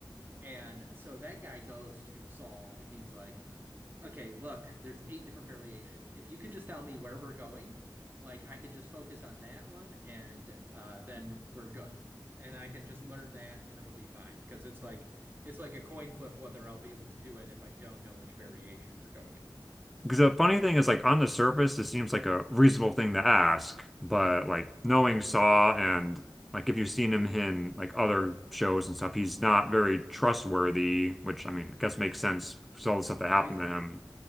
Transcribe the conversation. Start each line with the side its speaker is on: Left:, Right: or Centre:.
Right: And so that guy goes to Saul and he's like, Okay, look, there's eight different variations. If you could just tell me where we're going, like I could just focus on that one and uh then we're good. And I can just learn that and it'll be fine because it's like it's like a coin flip whether I'll be able to do it if I don't know which variation we're going in with.
Centre: Because the funny thing is, like on the surface, it seems like a reasonable thing to ask, but like knowing Saw and like if you've seen him in like other shows and stuff, he's not very trustworthy, which I mean, I guess makes sense with all the stuff that happened
Right: Uh, is it-
Centre: to him.